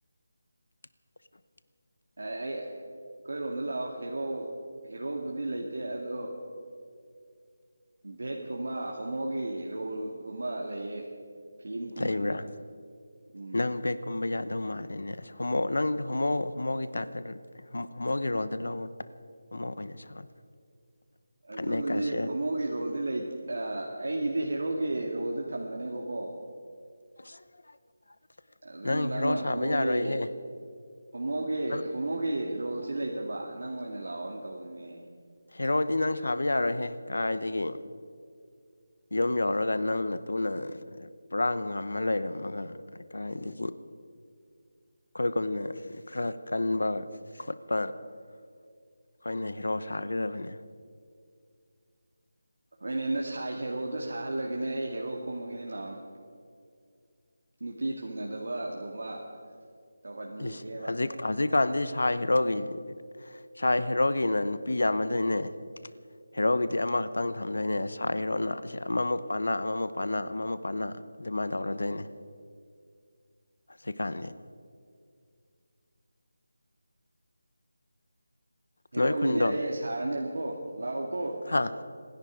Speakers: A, on the left; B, on the right.
A: <inaudible> <unintelligible>
B: ꯑ ꯑꯩ ꯑꯩꯈꯣꯏꯔꯣꯝꯗ ꯂꯥꯛꯑꯣ ꯍꯦꯔꯣ ꯍꯦꯔꯣꯕꯨꯗꯤ ꯂꯩꯇꯦ ꯑꯗꯣ ꯚꯦꯠꯀꯨꯝꯕ ꯍꯣꯃꯣꯒꯤ ꯔꯣꯜꯒꯨꯝꯕ ꯂꯩꯌꯦ ꯐꯤꯂꯝ ꯀꯨꯝꯍꯟꯒꯦ
A: ꯂꯩꯕ꯭ꯔꯥ
B: ꯎꯝ
A: ꯅꯪ ꯕꯦꯠ ꯀꯨꯝꯕ ꯌꯥꯗꯧ ꯃꯥꯜꯂꯤꯅꯦ ꯑꯁ ꯍꯣꯃꯣ ꯅꯪꯗꯤ ꯍꯣꯃꯣ ꯍꯣꯃꯣꯒꯤ ꯇꯥꯏꯞꯇ ꯃꯣꯏꯒꯤ ꯔꯣꯜꯗ ꯂꯧꯑꯣ ꯍꯣꯃꯣ ꯑꯣꯏꯅ ꯁꯥꯗ
B: ꯑꯗꯨꯕꯨꯗꯤ
A: ꯐꯅꯦꯛꯀ ꯁꯦꯠ
B: ꯍꯣꯃꯣꯒꯤ ꯔꯣꯜꯗꯤ ꯂꯩꯇꯦ ꯑꯩꯒꯤꯗꯤ ꯍꯦꯔꯣꯒꯤ ꯔꯣꯜꯗ ꯊꯝꯒꯅꯦꯕꯀꯣ
A: <inaudible> <unintelligible>
B: ꯑꯗꯨꯅ
A: ꯅꯪ
B: ꯅꯪꯅ
A: ꯍꯦꯔꯣ ꯁꯥꯕ
B: ꯍꯣꯃꯣꯒꯤ
A: ꯌꯥꯔꯣꯏꯍꯦ
B: ꯍꯣꯃꯣꯒꯤ
A: ꯅꯪ
B: ꯍꯣꯃꯣꯒꯤ ꯔꯣꯜꯁꯤ ꯂꯩ ꯂꯩꯇꯕ ꯅꯪ ꯑꯣꯏꯅ ꯂꯥꯛꯑꯣꯅ ꯇꯧꯕꯔꯤꯅꯦ
A: ꯍꯦꯔꯣꯗꯤ ꯅꯪ ꯁꯥꯕ ꯌꯥꯔꯣꯏꯍꯦ ꯀꯥꯏꯗꯒꯤ ꯌꯨꯝ ꯌꯥꯎꯔꯒ ꯅꯪꯅ ꯇꯨꯅ ꯄꯨꯔꯥ ꯉꯝꯃ ꯂꯩꯔꯝꯃꯒ ꯍꯥꯏ ꯀꯗꯒꯤ
B: <unintelligible>
A: ꯑꯩꯈꯣꯏꯒꯨꯝꯅ ꯈꯔ ꯀꯟꯕ ꯈꯣꯠꯄ ꯑꯩꯈꯣꯏꯅ ꯍꯤꯔꯣ ꯁꯥꯒꯗꯕꯅꯤ
B: ꯍꯣꯏꯅꯦ ꯍꯟꯅ ꯁꯥꯏ ꯍꯦꯔꯣꯗ ꯁꯥꯍꯜꯂꯒꯅꯦ ꯑꯩ ꯍꯦꯔꯣ ꯀꯨꯝꯃꯒꯤꯅꯦ ꯂꯥꯛꯑꯣꯅꯦ ꯅꯨꯄꯤ ꯊꯨꯡꯅꯗꯕꯒꯨꯝꯕ ꯇꯧꯍꯟꯈꯤꯒꯦꯕ
A: ꯏꯁ ꯍꯧꯖꯤꯛ ꯍꯧꯖꯤꯛꯀꯥꯟꯗꯤ ꯁꯥ ꯍꯦꯔꯣꯒꯤ ꯁꯥꯥꯏ ꯍꯦꯔꯣꯒꯤꯅ ꯅꯨꯄꯤ ꯌꯥꯝꯃꯗꯣꯏꯅꯦ ꯍꯦꯔꯣꯒꯤꯗꯤ ꯑꯃꯈꯛꯇꯪ ꯊꯝꯗꯣꯏꯅꯦ ꯁꯥ ꯍꯦꯔꯣꯅ ꯑꯁꯤ ꯑꯃꯃꯨꯛ ꯄꯥꯅꯥ ꯑꯃꯃꯨꯛ ꯄꯥꯅꯥ ꯑꯃꯃꯨꯛ ꯄꯅꯥ ꯑꯗꯨꯃꯥꯏꯅ ꯇꯧꯔꯗꯣꯏꯅꯦ
B: <inaudible>
A: ꯍꯧꯖꯤꯛꯀꯥꯟꯗꯤ
B: ꯍꯦꯔꯣꯒꯤꯗꯤ
A: ꯅꯣꯏ ꯈꯨꯟꯗꯣ
B: ꯑꯩ ꯁꯥꯔꯅꯦꯕꯀꯣ ꯂꯥꯛꯑꯣ ꯀꯣ
A: ꯍꯥ